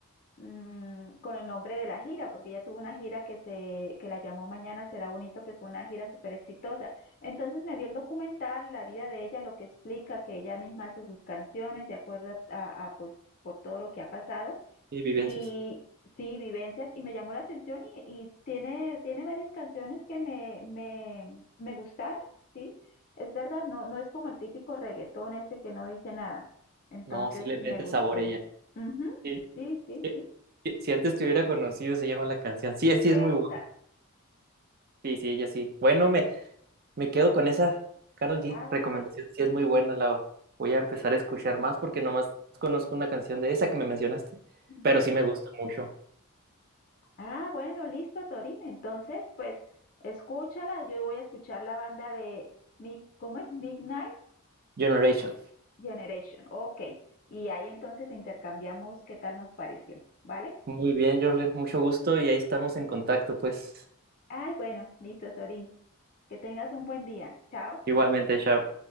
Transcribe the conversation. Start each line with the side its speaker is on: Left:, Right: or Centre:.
Left: mm, con el nombre de la gira, porque ella tuvo una gira que se, que la llamó Mañana será bonito, que fue una gira súper exitosa. Entonces me vi el documental, la vida de ella, lo que explica que ella misma hace sus canciones de acuerdo a, a, a, pues por todo lo que ha pasado
Right: Y vivencias.
Left: y sí, vivencias y me llamó la atención y, y tiene, tiene varias canciones que me, me, me gustaron, sí. Es verdad, no, no es como el típico reggaetón ese que no dice nada. Entonces
Right: No, sí le mete
Left: me gustó.
Right: sabor ella.
Left: Ujú,
Right: Sí,
Left: sí, sí,
Right: sí,
Left: sí.
Right: sí, Si antes te hubiera conocido, se llama la canción. Sí, sí es muy
Left: Esa.
Right: buena. Sí, sí, ella sí. Bueno, me, Me quedo con esa, Carol G,
Left: Ah, bueno.
Right: recomendación, sí es muy buena, la voy a empezar a escuchar más porque nomás conozco una canción de esa que me mencionaste,
Left: Ujú.
Right: pero sí me gusta mucho,
Left: Ah, bueno, listo, Torín. Entonces, pues, escúchala. Yo voy a escuchar la banda de, Mi- ¿cómo es? Midnight
Right: Generation.
Left: Generation. Ok. Y ahí entonces intercambiamos qué tal nos pareció. ¿Vale?
Right: Muy bien, Jorlen, mucho gusto y ahí estamos en contacto, pues
Left: Ay, bueno, listo, Torín. Que tengas un buen día. Chao.
Right: igualmente, chao.